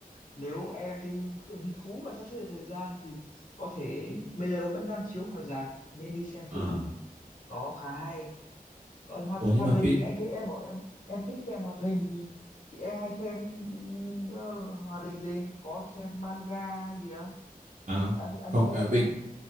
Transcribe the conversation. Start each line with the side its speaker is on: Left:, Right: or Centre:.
Left: nếu em thấy hứng thú và sắp xếp được thời gian thì có thể bây giờ nó vẫn đang chiếu ngoài rạp nên đi xem thử
Right: À
Left: đó khá hay còn hoạt
Right: ủa
Left: hoạt
Right: nhưng mà
Left: hình
Right: phim
Left: thì anh thấy em bảo em em thích xem hoạt hình thì thì em hay xem ờ, hoạt hình gì có xem manga hay gì không
Right: à
Left: Ani- anime
Right: không à, bình
Left: không